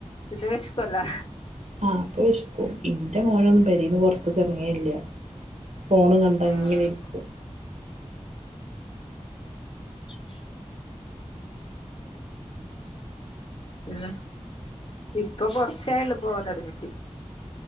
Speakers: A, on the left; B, on the right.
A: പിന്നെ വെഷപ്പല്ലേ?
B: ആഹ് അപ്പ വെഷക്കും ഇന്റെ മോനൊന്നും പെരേന്ന് പൊർത്ത്ക്ക് എറങ്ങേല്യ. ഫോണ് കണ്ട
A: പിന്നെ
B: അങ്ങനെ ഇരിക്കും.
A: <inaudible> ഏഹ് ഇപ്പൊ കൊർച്ചായള്ളു പോവാൻ തൊടങ്ങിട്ട്.